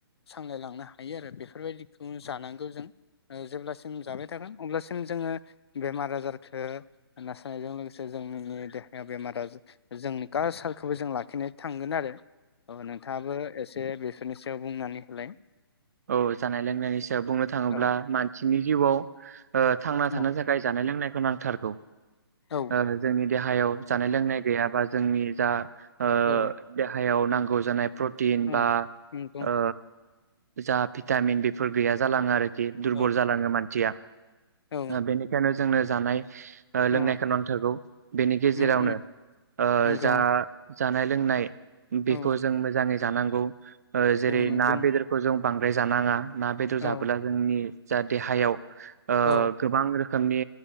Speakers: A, on the left (about 80°); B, on the right (about 40°).
A: सामलायलांनो हायो आरो बेफोरबायदि। थों जानांगौ जों ओ जेब्लासिम जाबाय थागोन अब्लासिम। जोङो बेमार आजारखौ नासानायजों लोगोसे जोंनि दे बेमारा जो जोंनि। खालसालखौबो जों लाखिनो थांगोन आरो। औ नोंथाङाबो एसे बे। बेनि सायाव बुंनानै होलाय।
B: औ जानाय लोंनाय सिम। थायाव बुंनो थाङोब्ला
A: औ
B: मानसिनि जिउआव। ओ थांना
A: औ
B: थानो थाखाय जानाय लोंनायखौ नां। थारगौ
A: औ
B: आरो जोंनि देहायाव जानाय लोंनाय गैयाबा जोंनि जा ओ
A: औ
B: देहा हायाव नांगौ जानाय प्रटिन बा
A: औ नंगौ
B: ओ जा भिटामिन बेफोर गैया जालाङो आरो। दुरबल
A: औ
B: जालाङो मानथिया।
A: औ
B: आ बेनिखायनो जोंनो जानाय ओ
A: औ
B: लोंनायखौ नांथारगौ बेनि गेजेरावनो
A: उम उम
B: ओ
A: नंगौ
B: जा जानाय लोंनाय बेखौ
A: औ
B: जों मोजांङै जानांगौ ओ जेरै
A: नंगौ
B: ना बेदर बांद्राय जानांङा ना बेदर
A: औ
B: जाबोला जोंनि जा देहायाव ओ
A: औ
B: गोबां रोखोमनि